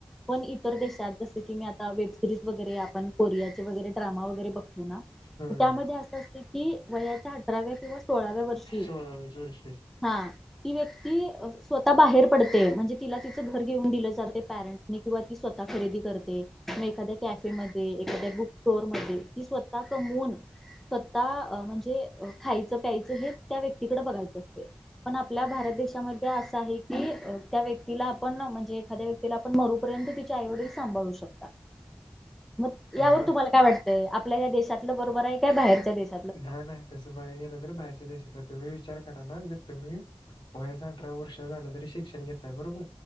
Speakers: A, in the centre; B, on the left.
A: पण इतर देशात जस की मी आता वेब सिरीज वगैर, आपण कोरियाचे वगैरे ड्रमा वगैरे बघ एना
B: होय
A: त त्यामध्ये असं असतं की वयाच्या अठराव्या किंवा सोळाव्या वर्षी
B: सोळाव्याच वर्षी.
A: हा, ती व्यक्ती स्वतः बाहेर पडते म्हणजे तिला तिचं घर घेऊन दिलं जाते पॅरेंटसनी किंवा स्वतः खरेदी करते, म एखाद्या कॅफेम ते, एखाद्या बुक स्टोर मध्ये ती स्वतः कमवून, स्वतः अ म्हणजे अ खायचं प्यायचं हे त्या व्यक्तीकडे बघायचं असते. पण आपल्या भारत देशामध्ये असं आहे की अ त्या व्यक्तीला आपण म्हणजे एखाद्या व्यक् तिला आपण मरूपर्यंत तिचे आई वडील सांभाळू शकता. म
B: हा
A: यावर तुम्हाला काय वाटतंय? आपल्या ह्या देशातलं बरोबराय काय बाहेरच्या देशात
B: न्हाय, न्हाय, तसं बघाय गेलं तर बाहेरच्या देशाचा तुम्ही विचार करा ना जर तुम्ही वयाच्या अठराव वर्ष झालं तरी शिक्षण घेताय बरोबर,